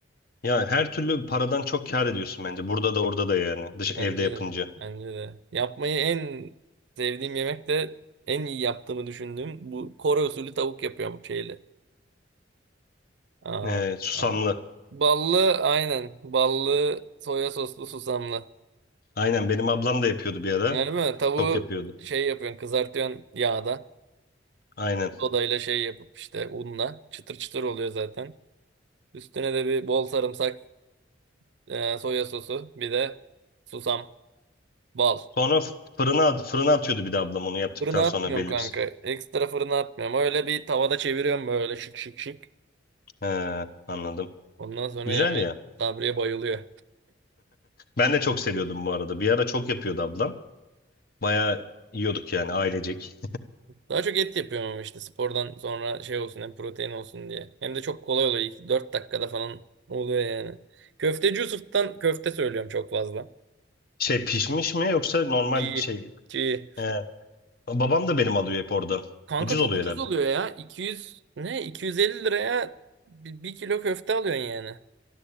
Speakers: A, on the left; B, on the right.
A: Yani her türlü paradan çok kâr ediyorsun bence. Burada da orada da yani. Dış
B: Bence
A: evde yapınca.
B: de. Bence de. Yapmayı en sevdiğim yemek de en iyi yaptığımı düşündüğüm bu Kore usulü tavuk yapıyorum şeyle. Aa,
A: Ee, susamlı.
B: aa. Ballı aynen. Ballı soya soslu susamlı.
A: Aynen benim ablam da yapıyordu bir ara.
B: Öyle mi? Tavuğu
A: Çok yapıyordu.
B: şey yapıyorsun kızartıyorsun yağda.
A: Aynen.
B: Sodayla şey yapıp işte unla. Çıtır çıtır oluyor zaten. Üstüne de bir bol sarımsak e, soya sosu. Bir de susam. Bal.
A: Sonra f- fırına at- fırına atıyordu bir de ablam onu yaptıktan
B: Fırına
A: sonra
B: atmıyorum
A: belli
B: kanka.
A: bir.
B: Ekstra fırına atmıyorum. Öyle bir tavada çeviriyorum böyle şık şık şık.
A: He, anladım.
B: Ondan sonra
A: Güzel
B: yemeğin.
A: ya.
B: Sabriye bayılıyor.
A: Ben de çok seviyordum bu arada. Bir ara çok yapıyordu ablam. Bayağı yiyorduk yani ailecek.
B: Daha çok et yapıyorum ama işte spordan sonra şey olsun hem protein olsun diye. Hem de çok kolay oluyor. İlk 4 dakikada falan oluyor yani. Köfteci Yusuf'tan köfte söylüyorum çok fazla.
A: Şey pişmiş mi yoksa normal
B: İyi.
A: şey.
B: İyi.
A: He. babam da benim alıyor hep oradan.
B: Kanka
A: Ucuz
B: çok
A: oluyor
B: ucuz
A: herhalde.
B: oluyor ya. 200 ne? 250 liraya bir bir kilo köfte alıyorsun yani.